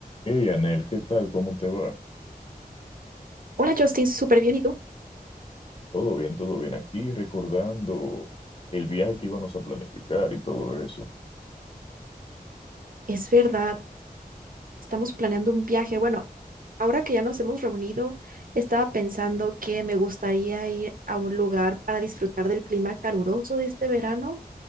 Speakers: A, on the left (about 35°); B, on the right (about 65°).
A: Hey, Anel, ¿qué tal? ¿Cómo te va?
B: Hola Justin, súper bien. ¿Y tú?
A: Todo bien, todo bien aquí, recordando el viaje que íbamos a planificar y todo eso.
B: Es verdad, estamos planeando un viaje. Bueno, ahora que ya nos hemos reunido, estaba pensando que me gustaría ir a un lugar para disfrutar del clima caluroso de este verano